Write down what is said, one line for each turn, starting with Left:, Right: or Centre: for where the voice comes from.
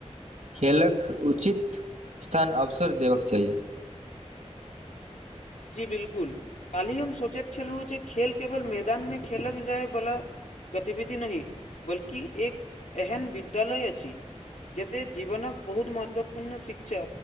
Right: खेलक उचित स्थान अवसर देबक चाही
Left: जी बिल्कुल काल्हि हम सोचैत छलहुँ जे खेल केवल मैदान मे खेलल जायवला गतिविधि नहि बल्कि एक एहन विद्यालय अछि जतय जीवनक बहुत महत्वपूर्ण शिक्षा